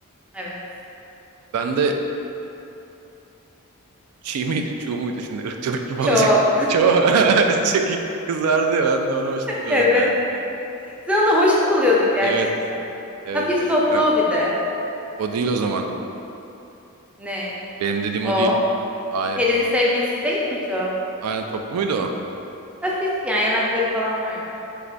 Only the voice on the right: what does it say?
Ben de Çiğ miydi, çuğ muydu şimdi ırkçılık gibi
olacak. Çoğu <laughs> çekik kızardı ya ben de onu hoş buluyordum
yani.
Evet, evet
eskiden.
O değil o zaman.
Benim dediğim
o değil. Hayır.
Aynen toplu muydu o?